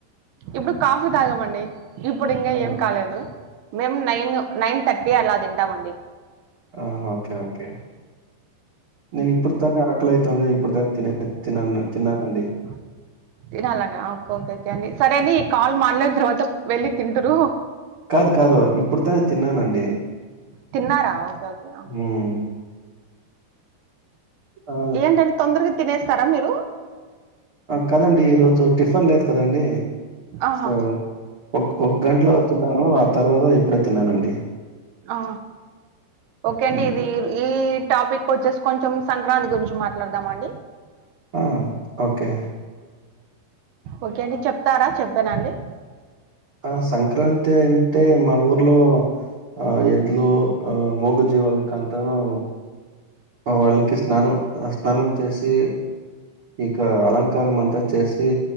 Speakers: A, on the right; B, on the right.
A: ఇప్పుడు కాఫీ తాగమండి ఇప్పుడు ఇంకా
B: ఆ!
A: ఏం కాలేదు మేము నైన్ నైన్తట్టి అలా తింటమ్ అండి
B: ఆ ఓకే ఓకే నేను ఇప్పుడు తో ఆక్లై ంది ఇప్పుడు తిన తినన్న తిన్నానండి
A: ఆ తినాల అండి ఓకే ఓకే ఓకే అండి సరే ఈ కాల్ మాట్లాడిన తర్వాత వెళ్ళి తిందురు
B: కాదు కాదు ఇప్పుడు తోనే తిన్నానండి
A: తిన్నారా ఓకే ఓకే
B: హ్మ్. ఆ!
A: ఏంటండి తొందరగా తినేస్తారా మీరు
B: కాదండి ఈరోజు టిఫిన్ లేదు కదండి
A: ఆహా
B: సో ఒక ఒక్క గంటలో తిన్నాను ఆ తర్వాత ఇప్పుడే తిన్నానండి
A: ఆ ఓకే అండి
B: హ్మ్.
A: ఇది ఈ టాపిక్ వచ్చేసి కొంచెం సంక్రాంతి గురించి మాట్లాడదామ అండి
B: ఆ ఓకే
A: ఓకే అండి చెప్తారా చెప్పానా అండి
B: ఆ సంక్రాంతి అంటే మా ఊర్లో ఆ ఎద్దులు ఆ ముగ జీవాలకాంతనూ వాళ్ళకి స్నానం స్నానం చేసి ఇక అలంకారం అంతా చేసి